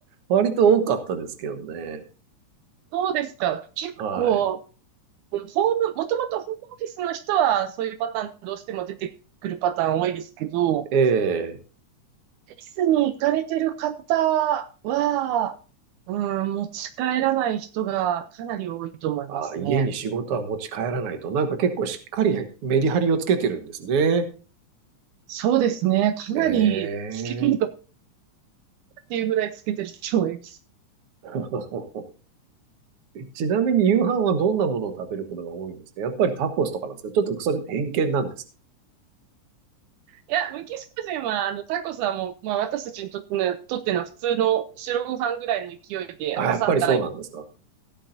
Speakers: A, on the right; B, on the right.
A: 割と多かったですけどね。
B: そうですか。結構、
A: はい。
B: うんホーム、もともとホームオフィスの人はそういうパターンどうしても出てくるパターン多いですけど、オ
A: ええ。
B: フィスに行かれてる方は、うん、持ち帰らない人がかなり多いと思いますね。
A: あ、家に仕事は持ち帰らないと。なんか結構しっかりメリハリをつけてるんですね。
B: そうですね。かなりつけてるとっ
A: ええ。
B: ていうぐらいつけてる人もいます。
A: <laughs> ちなみに夕飯はどんなものを食べることが多いんですかやっぱりタコスとかなんですかちょっとそれって偏見なんです。
B: いや、メキシコ人は、あの、タコスはもう、まあ、私たちにとっての、とっての普通の白ご飯ぐらいの勢いで、
A: あ、
B: 朝から
A: やっぱりそうなんですか。